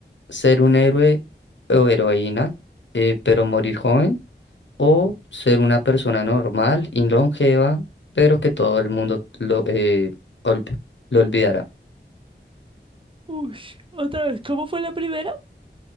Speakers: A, on the left (about 80°); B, on the right (about 30°).
A: ser un héroe o heroína, eh, pero morir joven. o ser una persona normal y longeva, pero que todo el mundo lo, eh, olvi- lo olvidará.
B: Uy, otra vez, ¿cómo fue la primera?